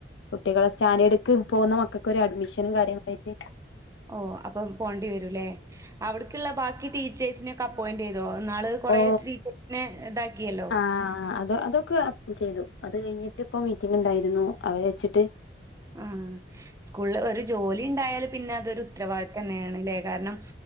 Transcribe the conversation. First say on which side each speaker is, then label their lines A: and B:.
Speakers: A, on the left (about 80°); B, on the right (about 15°).
A: കുട്ടികളെ സ്റ്റാൻഡേട്ക്ക് പോവുന്ന മക്കക്കൊര് അഡ്മിഷനും കാര്യങ്ങളായിറ്റ്
B: ഓഹ് അപ്പം പോണ്ടി വരുംലേ അവ്ട്ക്ക്ള്ള ബാക്കി ടീച്ചേഴ്സിനൊക്കെ അപ്പോയിന്റയ് തോ ഇന്നാള് കൊറേ
A: ഓ
B: ടീച്ചറിനെ ഇതാക്കിയല്ലോ
A: ആഹ് അത് അതൊക്കെ ചെയ്തു അത് കയിഞ്ഞിട്ട്പ്പൊ മീറ്റിംഗ്ണ്ടായിരുന്നു അവരെ വെച്ചിട്ട്
B: ആഹ് സ്കൂളില് ഒരു ജോലിണ്ടായാല് പിന്നെ അതൊരു ഉത്തരവാദിത്യന്നേണ്‌ ലേ കാരണം